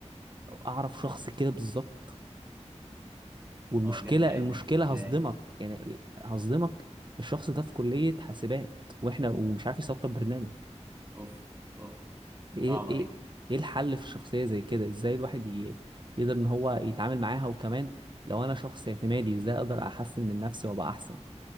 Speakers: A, on the right (about 40°); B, on the right (about 20°).
A: اعرف شخص كده بالظبط والمشكله
B: اه بجد يعني
A: المشكله
B: ازاي
A: هصدمك يعني ال- هصدمك الشخص ده في كليه حاسبات واحنا ومش عارف يسطب برنامج
B: اوف اوف
A: ايه
B: صعبه
A: ايه
B: دي
A: ايه الحل في الشخصيه زي كده ازاي الواحد ي- يقدر ان هو يتعامل معاها وكمان لو انا شخص اعتمادي ازاي اقدر احسن من نفسي وابقى احسن